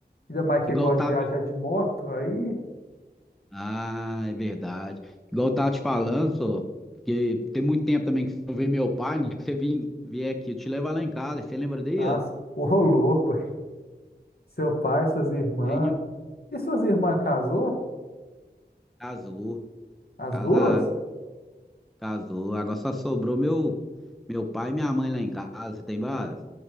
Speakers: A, on the left (about 65°); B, in the centre.
A: Ainda mais que
B: igual
A: gosta
B: tá,
A: de viajar de moto, aí,
B: ah, é verdade. Igual eu tava te falando, só, porque tem muito tempo também que você não vê meu pai, no que você vim, vier aqui, eu te levar lá em casa, você lembra dele?
A: ah, <laughs> ô louco, seu pai, suas irmãs.
B: Aí,
A: E suas irmãs casou?
B: Casou,
A: As
B: casaram,
A: duas?
B: casou. Agora só sobrou meu, meu pai e minha mãe lá em casa, tem base?